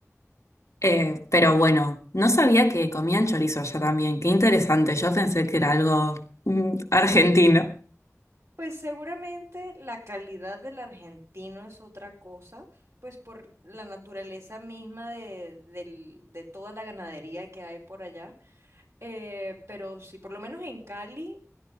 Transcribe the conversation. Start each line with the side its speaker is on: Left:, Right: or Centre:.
Left: Eh, pero bueno, no sabía que comían chorizo allá también. Qué interesante. Yo pensé que era algo mm, argentino.
Right: Pues seguramente la calidad del argentino es otra cosa, pues por la naturaleza misma de, del- de toda la ganadería que hay por allá. Eh, pero sí, por lo menos en Cali,